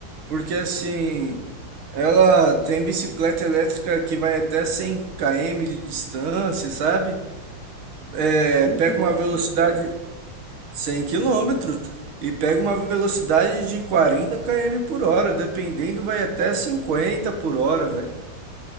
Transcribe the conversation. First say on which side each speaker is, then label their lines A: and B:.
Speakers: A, on the right; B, on the right.
A: Porque assim, ela tem bicicleta elétrica que vai até 100 km de distância, sabe? É,
B: cem
A: pega
B: quilômetros,
A: uma velocidade
B: cara?
A: 100 km e pega uma velocidade de 40 km por hora, dependendo, vai até 50 por hora, velho.